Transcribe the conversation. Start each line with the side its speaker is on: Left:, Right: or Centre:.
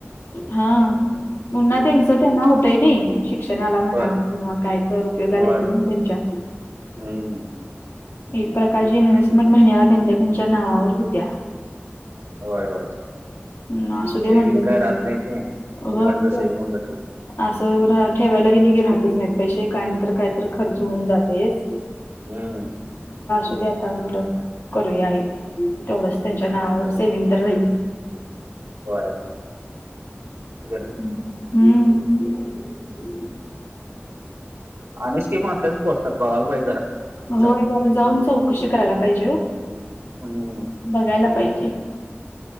Left: हा. पून्हा त्यांच त्यांना होतय कि नाही शिक्षणाला म्हणा
Right: होय
Left: किंवा काय तर उपयोगाला
Right: होय
Left: येतील ना त्यांच्या.
Right: हम्म. <unintelligible>
Left: एक प्रकारची इन्व्हेस्टमेंट महिन्याला त्यांच्या त्यांच्या नावावर होत्या.
Right: होय होय.
Left: हम् असुदे
Right: सेविंग
Left: म्हटलं
Right: काय
Left: तरी
Right: राहत नाही ते.
Left: होय
Right: कोणीकडनं तर सेविंग होऊन जाते
Left: असं रा ठेवायला गेले की राहतच नाही पैसे काय नाही तर कायतर खर्च होऊन जातयच.
Right: हम्म.
Left: असुदे आता म्हणल करूया तेवढ त्यांच्या नावावर सेव्हिंग तर राल.
Right: होय ब.
Left: हम्म.
Right: आणि स्किम असत्यात पोस्टात बगायला पाहिजे जरा. विचारून
Left: होय जरा जाऊन चौकशी करायला पाहिजे
Right: हम्म
Left: बघायला पाहिजे.